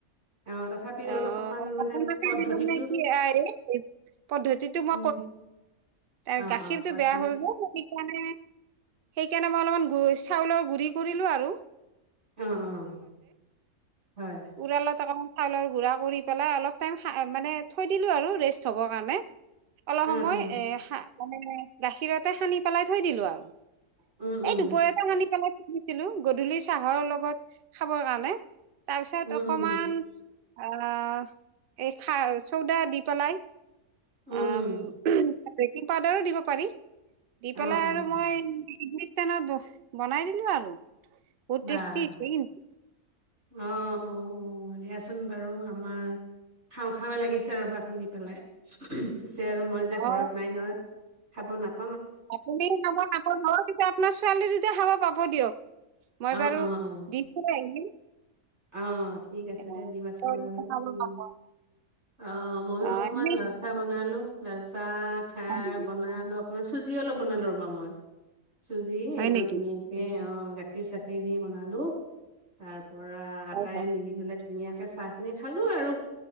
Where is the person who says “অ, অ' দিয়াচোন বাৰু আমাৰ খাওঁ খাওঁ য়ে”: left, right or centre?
Right